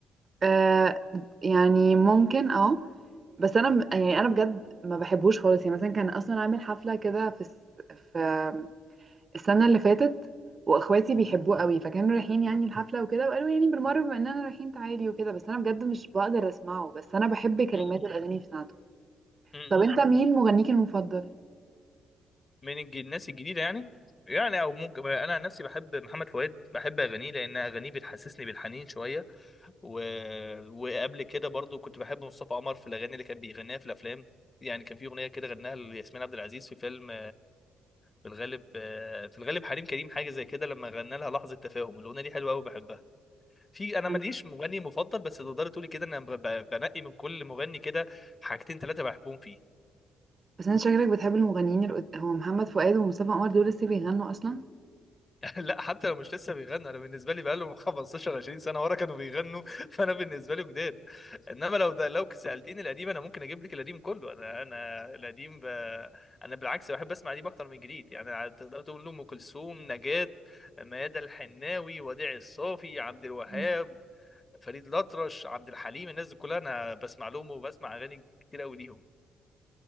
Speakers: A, on the right; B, on the left.
A: آه، يعني ممكن اه بس انا م- يعني انا بجد ما بحبوش خالص يعني مثلا كان اصلا عامل حفله كده في الس- في السنه اللي فاتت واخواتي بيحبوه قوي فكانوا رايحين يعني الحفله وكده وقالوا يعني بالمره بما اننا رايحين تعالي وكده بس انا بجد مش بقدر اسمعه بس انا بحب كلمات
B: م-
A: الاغاني بتاعته
B: م-
A: طب
B: م-
A: انت مين مغنيك المفضل
B: من الج- الناس الجديده يعني يعني او ممكن انا عن نفسي بحب محمد فؤاد بحب اغانيه لان اغانيه بتحسسني بالحنين شويه و... وقبل كده برضو كنت بحب مصطفى قمر في الاغاني اللي كان بيغنيها في الافلام يعني كان في اغنيه كده غناها لياسمين عبد العزيز في فيلم في الغالب آه، في الغالب حريم كريم حاجه زي كده لما غنى لها لحظه تفاهم الاغنيه دي حلوه قوي بحبها في انا
A: مم.
B: ماليش مغني مفضل بس تقدر تقولي كده انا ب- ب- بنقي من كل مغني كده حاجتين ثلاثه بحبهم فيه
A: بس انت شكلك بتحب المغنيين القد- هو محمد فؤاد ومصطفى قمر دول لسه بيغنوا اصلا
B: <laughs> لا حتى لو مش لسه بيغنوا انا بالنسبه لي بقالهم 15 20 سنه ورا كانوا بيغنوا <laughs> فانا بالنسبه لي جداد انما لو ده لو سالتيني القديم انا ممكن اجيب لك القديم كله انا انا القديم ب... انا بالعكس بحب اسمع قديم اكتر من جديد يعني تقدر تقول ام كلثوم نجاة ميادة الحناوي وديع الصافي عبد الوهاب
A: مم.
B: فريد الأطرش عبد الحليم الناس دي كلها أنا بسمع لهم وبسمع أغاني كتير أوي ليهم